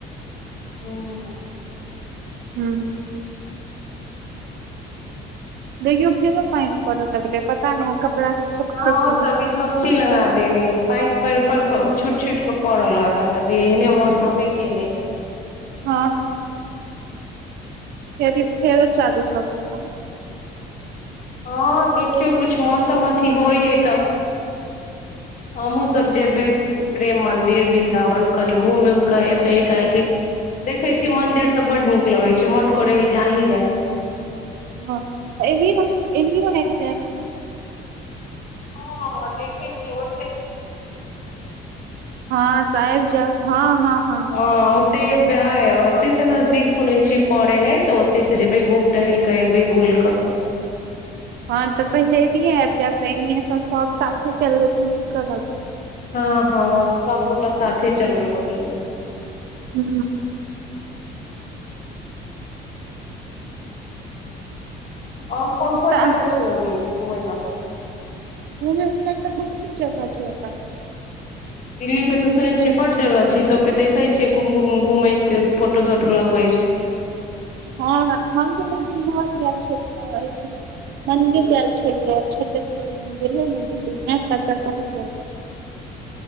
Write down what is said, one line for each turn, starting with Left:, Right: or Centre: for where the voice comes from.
Left: ह
Right: हू देखियौ फेरो पैन पर‌अ लगले पता नहि कपड़ा सुखते
Left: हँ
Right: कि नहि
Left: तभी
Right: सुखतै।
Left: झब सी लगा देने पानि पर पर छूट छूट के पड़ लागत अभी एहने मौसममे केने
Right: हँ फेर फेरो चालू भ गेलै
Left: हँ देखियौ किछु मौसम अथी होइ है त हमहुँ सब जेबै प्रेम मंदिर वृन्दावन कनि घुम उम क एबै क कि देखै छियै मंदिर तऽ बड नीक लगै छै मन करे ही जा ही जाय
Right: हँ एनीओ एनजीओ आइब जेब
Left: हँ देखै छिय ओ
Right: हँ त आब जाउ हँ हँ हँ
Left: ह ओते व ओते से नजदीक सुनै छी पड़ै हय तऽ ओते से जेबे घूम टहैल कै बूल कस
Right: हँ तऽ पहिले एनए आबि जायब त एनिये स सब साथे चलबे तऽ नीक कहब
Left: हँ हँ सब गोट साथे चलबै ओनिए स
Right: हु
Left: आओर कोन कोन
Right: तऽ
Left: जगह छैय ओनी घुमय वला
Right: घुम वला तऽ बहुते जगह छै अ
Left: दिल्ली मे तऽ सुनै छियै बड जगह छै सबके देखै छै घुम घुम घूमैत फोटो शोटो लगवै छै
Right: हँ हम थोड़ो दिन घरगेल छलियै <unintelligible> मंदिर गए छलियैप मंदिर है ने दिल्ली मे त तही जाइ छल